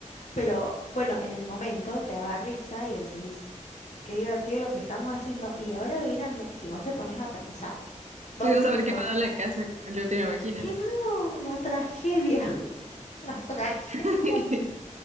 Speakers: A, on the left; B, on the right.
A: Pero bueno, en el momento te daba risa y decís, qué divertido lo que estamos haciendo. Y ahora de grande, si vos te pones a pensar dos
B: Pudimos
A: minutos,
B: haber quemado la casa, lo te imaginas.
A: claro, la tragedia, <laughs> la tragedia.
B: <laughs>